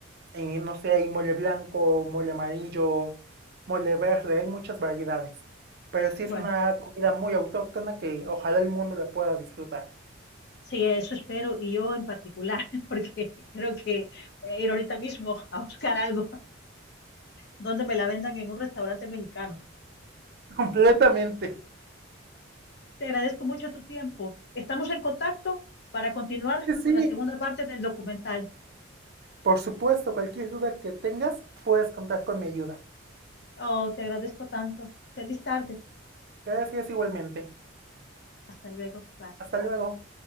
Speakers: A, on the right; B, on the left.
A: Eh, no sé, hay mole blanco, mole amarillo, mole verde, hay muchas variedades. Pero sí es
B: Bueno.
A: una comida muy autóctona que ojalá el mundo la pueda disfrutar.
B: Sí, eso espero, y yo en particular, <laughs> porque creo que voy a ir ahorita mismo <laughs> a buscar algo donde me la vendan en un restaurante mexicano.
A: <laughs> Completamente.
B: Te agradezco mucho tu tiempo. Estamos en contacto para continuar
A: Sí, sí.
B: con la segunda parte del documental.
A: Por supuesto, cualquier duda que tengas, puedes contar con mi ayuda.
B: Oh, te agradezco tanto. Feliz tarde.
A: Gracias igualmente.
B: Hasta luego. Bye.
A: Hasta luego.